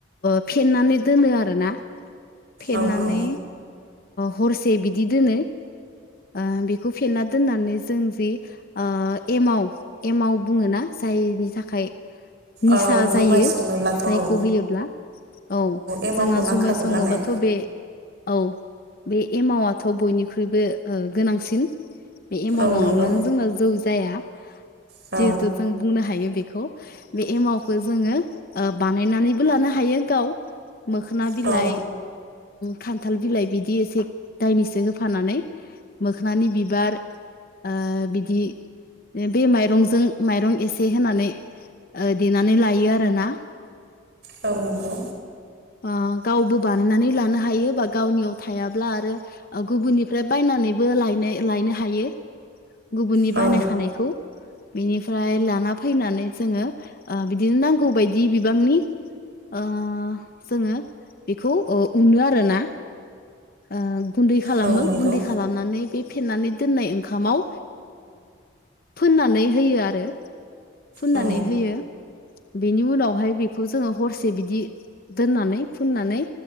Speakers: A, on the left (about 50°); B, on the right (about 65°).
A: फेन्नानै दोनो आर ना फेन्नानै
B: औ औ
A: हरसे बिदि दोनो। ओ बेखौ फेन्ना दोननानै जों जि एमाव एमाव बुङो ना जायनि थाखाय निसा
B: औ जुमाय
A: जायो
B: संनोब्लाथ'
A: जायखौ
B: औ
A: होयोब्ला। औ
B: एमावखौ
A: जोंहा
B: नांखागौ
A: जुमाय सङोबाथ'
B: नालाय
A: बे औ बे एमावआ थ' बयनिख्रुइबो गोनांसिन बे एमाउ
B: औ
A: नङाब्लानो
B: नंगौ
A: जोंना जौ जाया।
B: औ
A: जिहेथु जों बुंनो हायो बेखौ। बे एमावखौ जोङो बानायनानैबो लानो हायो गाव। मोखना बिलाइ
B: औ
A: खान्थाल बिलाइ बिदि एसे दायनैसो होफानानै। मोखोनानि बिबार ओ बिदि बे माइरंजों माइरं एसे होनानै देनानै लायो आरोना।
B: औ नंगौ
A: ओ गावबो बानायनानै लानो हायो बा गावनियाव थायाब्ला आरो गुबुननिफ्राय बायनानैबो लायनो लायनो हायो गुबुननि
B: औ
A: बानाय खानायखौ। बिनिफ्राय लाना फैनानै जोङो ओ बिदिनो नांगौ बायदि बिबांनि ओ जोङो बेखौ उनो आरोना। ओ गुन्दै खालामो
B: औ नंगौ
A: गुन्दै खालामनानै बे फेन्नानै दोननाय ओंखामाव फोननानै होयो आरो। फुननानै
B: औ
A: होयो। बेनि उनावहाय बेखौ जोङो हरसे बिदि दोननानै फुन्नानै